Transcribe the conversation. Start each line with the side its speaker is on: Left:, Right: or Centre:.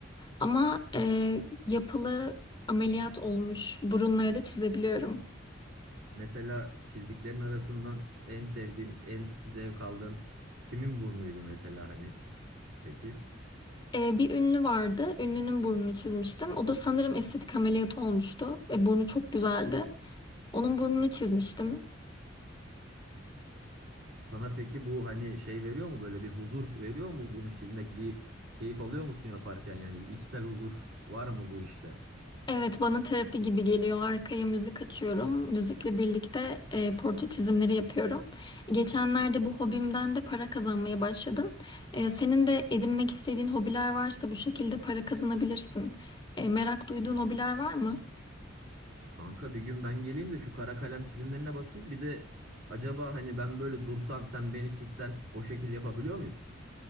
Left: Ama e, yapılı ameliyat olmuş burunları da çizebiliyorum.
Right: Mesela çizdiklerin arasından en sevdiğin, en zevk aldığın kimin burnuydu mesela hani? Peki.
Left: Ee, bir ünlü vardı. Ünlünün burnunu çizmiştim. O da sanırım estetik ameliyat olmuştu. Ve burnu çok güzeldi. Onun burnunu çizmiştim.
Right: Sana peki bu hani şey veriyor mu böyle bir huzur veriyor mu bunu çizmek bir keyif alıyor musun yaparken yani bir içsel huzur var mı bu işte?
Left: Evet, bana terapi gibi geliyor. Arkaya müzik açıyorum. Müzikle birlikte e, portre çizimleri yapıyorum. Geçenlerde bu hobimden de para kazanmaya başladım. E, senin de edinmek istediğin hobiler varsa bu şekilde para kazanabilirsin. E, merak duyduğun hobiler var mı?
Right: Kanka bir gün ben geleyim de şu kara kalem çizimlerine bakayım bir de acaba hani ben böyle dursam sen beni çizsen o şekil yapabiliyor muyuz?